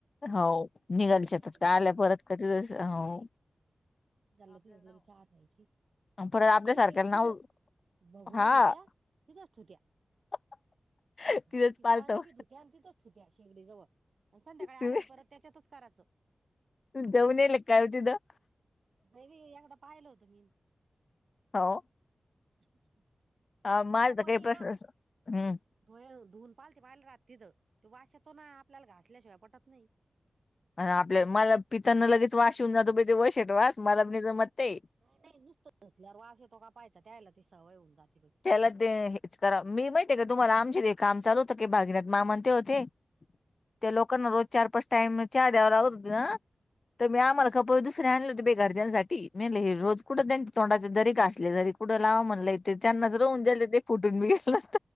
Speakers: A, on the left; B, on the right.
A: हो, निघाल
B: आणि आम्ही
A: शेतात का आल्या परत कधीस हो,
B: झालं तिलं चहा प्यायची
A: परत आपल्यासारख्याला
B: तिथल्या तिथेच.
A: नाव
B: बघूल
A: हा
B: घेतल्या तिथेच ठुत्या.
A: <inaudible>
B: हाई ती
A: पालतं
B: चाळणी बी धुत्या आणि तिथच ुत्या शेगडी जवळ आणि संध्याकाळी आलं
A: तुम्ही
B: ग परत त्याच्यातच करायचं.
A: जाऊन येल का हो तिथं.
B: मीबी एकदा पाहिलं होतं मी.
A: हा ओ.
B: <inaudible>
A: ह माझ
B: कप
A: तर काय
B: बी आहे
A: प्रश्न
B: ना
A: असं हम्म.
B: धुय धुवून पालती पाहिले रात तिद ते वाश येतो ना आपल्याला घासल्याशिवाय पटत नाही.
A: आणि आपल्या मला पिताना लगेच वाश येऊन जातो बय ते वशाट वास मला बि नाय जमत ते.
B: नाय नाय नुसतं खोकल्यावर वास येतो का पाहायचा त्यायला ती सवय होऊन जाते बाई.
A: त्याला ते हेच करा मी माहिती आहे का तुम्हाला आमचे ते काम चाल होतं की भागीनाथ मा म्हणते होते. त्या लोकांना रोज चार पाच टाइम चार द्यावा लावत होती ना. तर मी आम्हाला कप दुसरे आणल होते बे घरच्यांसाठी म्हले हे रोज कुठं त्यांच्या तोंडाचे जरी घासले तरी. पुढं लावा म्हणलंय तेे त्यांनाच राहून
B: नाही हो
A: जाले ते फुटून मी घेलं.